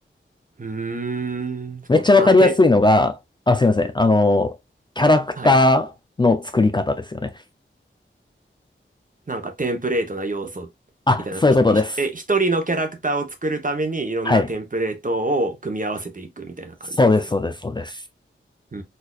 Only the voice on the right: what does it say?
うーん。その、
な、て、
はい。なんかテンプレートな要素みたいな、
なんかひ、ひえ、一人のキャラクターを作るためにいろんなテンプレートを組み合わせていくみたいな感じですか
うー